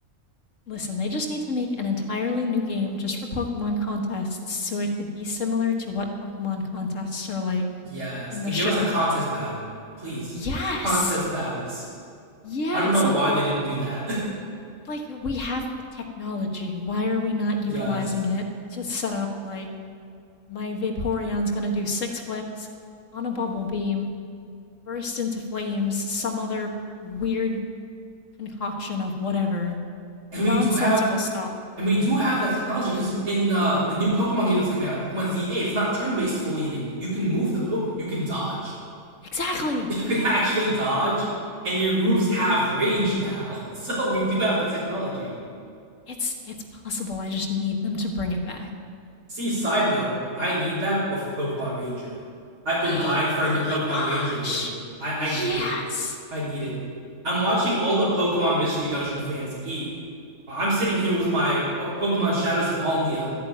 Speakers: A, on the left; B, on the right.
A: Listen, they just need to make an entirely new game just for Pokemon contests so it could be similar to what Pokemon contests are like
B: Yes,
A: in
B: and
A: the show.
B: give us a contest battle, please.
A: Yes.
B: Contest battles.
A: Yes,
B: I don't know why
A: like
B: they didn't do that. <laughs>
A: like we have the technology. Why are we not utilizing
B: yes.
A: it to set up like my Vaporeon's going to do six flips on a bubble beam, burst into flames, some other weird concoction of whatever,
B: And
A: nonsensical
B: we do have
A: stuff.
B: And we do have that technology because in uh, the new Pokemon game that's coming out, Pokemon ZA, it's not turn-based fully anymore. You can move the Pokemon. You can dodge. <laughs>
A: Exactly.
B: You can actually dodge, and your moves have range now. <laughs> So we do have the technology.
A: It's it's possible. I just need them to bring it back.
B: See, side note, I need that, but for Pokemon Ranger,
A: <gasps>
B: I've been
A: oh
B: dying for a new Pokemon
A: my gosh.
B: Ranger game. I I
A: Yes.
B: need it. I need it. I'm watching all the Pokemon Mystery Dungeon fans eat. Well, I'm sitting here with my po- Pokemon Shadows of Almia,